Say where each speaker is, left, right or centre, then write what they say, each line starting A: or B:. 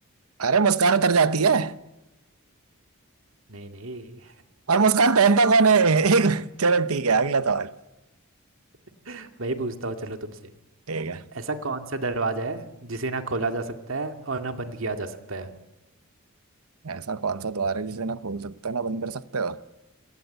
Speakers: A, on the right; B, on the right.
A: अरे मुस्कान उतर जाती है
B: नहीं नहीं
A: और मुस्कान पहनता कौन है एक चलो ठीक है अगला सवाल
B: <laughs> भाई पूछता हूँ चलो तुमसे
A: ठीक है
B: ऐसा कौन सा दरवाजा है जिसे ना खोला जा सकता है और ना बंद किया जा सकता है
A: ऐसा कौन सा द्वार है जिसे ना खोल सकते हो ना बंद कर सकते हो